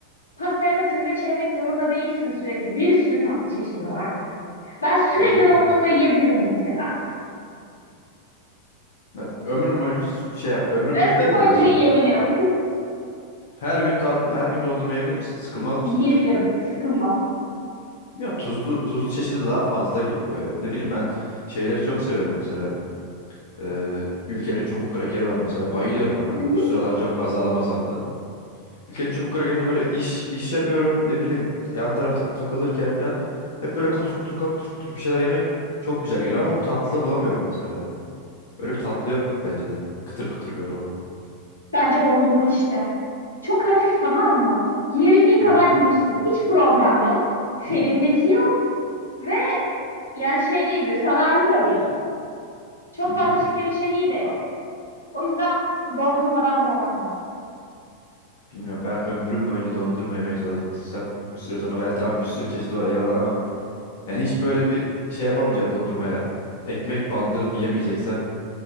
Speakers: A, on the left (about 80°); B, on the left (about 55°).
A: Pastaya da trileçe yemek zorunda değilsin sürekli. Bir sürü tatlı çeşidi var. Ben sürekli
B: Hı hı.
A: dondurma yiyebilirim mesela.
B: Ya, Ömrüm boyunca s- şey yap. Ömrüm
A: Ömrüm
B: boyunca değil
A: boyunca
B: de böyle şey.
A: yiyebilirim.
B: Her gün tat, her gün dondurma yiyebilir misin? Sıkılmaz mısın
A: <laughs> Yiyebilirim.
B: hiç?
A: Sıkılmam.
B: Bilmiyorum tuzlu tuzlu çeşidi de daha fazla gibi böyle. Ne bileyim ben şeyleri çok seviyorum mesela. Ee, Ülker'in çubuk krakeri var mesela. Bayılıyorum ona.
A: Hı hı.
B: Şu sıralar çok fazla alamasam da. İlker'in çubuk krakerine böyle iş iş yapıyorum ne bileyim yan tarafta takılırken falan hep böyle kutur kutur kutur kutur bir şeyler yemek çok güzel geliyor ama bu tatlıda bulamıyorum mesela. Böyle bir tatlı yok bence de. Kıtır kıtır böyle olan.
A: Bence dondurma işte. Çok hafif tamam mı? Yiyebildiğin kadar
B: Hı hı.
A: yiyorsun. Hiç problem yok. Serinletiyor ve yani şey değil böyle zararlı da değil. Çok
B: Hı
A: fazla
B: hı.
A: şeker içeriği de yok. O yüzden dondurmadan devam ben.
B: Bilmiyorum ben ömrüm boyunca dondurma yemeye çalışsam bir süre sonra ben tamam bir sürü çeşidi var eyvallah ama yani hiç böyle bir şey yapamayacağım dondurmaya. Ekmek bandırıp yemeyeceksem